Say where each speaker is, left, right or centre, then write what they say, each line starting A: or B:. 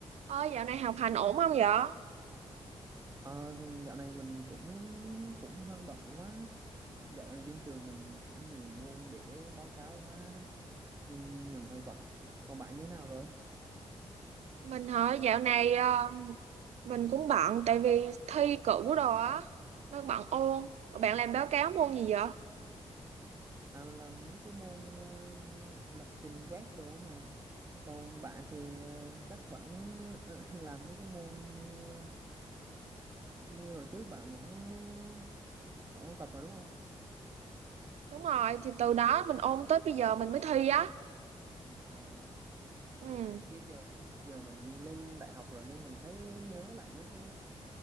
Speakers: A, on the right; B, on the right.
A: Ôi, dạo này học hành ổn không vậy?
B: Ờ thì dạo này mình cũng cũng hơi bận quá. Dạo này trên trường mình cũng nhiều môn để báo cáo quá nên mình hơi bận. Còn bạn như thế nào rồi?
A: Mình hả? Dạo này ờ, mình cũng bận tại vì thi cử đồ á, nó bận ôn. Rồi Bạn làm báo cáo môn gì vậy?
B: À mình làm mấy cái môn ờ, lập trình web đồ á mà. Còn bạn thì ờ, chắc vẫn <laughs> làm mấy cái môn như như hồi trước bạn vẫn ờ, vẫn ôn tập mà đúng không?
A: Đúng rồi, thì từ đó mình ôn tới bây giờ mình mới thi á.
B: À
A: Ừ.
B: như giờ giờ mình lên đại học rồi nên mình thấy nhớ lại mấy cái